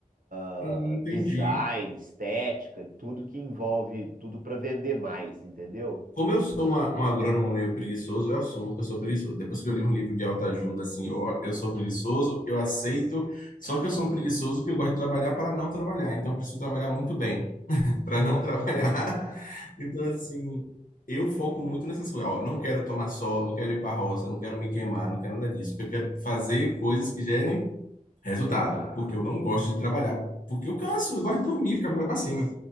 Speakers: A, on the right; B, on the left.
A: ah,
B: Hum, Entendi.
A: design, estética, tudo que envolve tudo para vender mais, entendeu?
B: Como eu sou uma, um agrônomo meio preguiçoso, eu assumo que eu sou preguiçoso. Depois que eu li um livro de autoajuda, assim, eu, eu sou preguiçoso, eu aceito. Só que eu sou um preguiçoso que eu gosto de trabalhar para não trabalhar. Então, eu preciso trabalhar muito bem. para não <laughs> trabalhar. Então, assim, eu foco muito nessas coisas. Ó, não quero tomar sol, não quero ir para roça, não quero me queimar, não quero nada disso. Eu quero fazer coisas que gerem resultado, porque eu não gosto de trabalhar, porque eu canso, eu gosto de dormir, ficar com o pé para cima.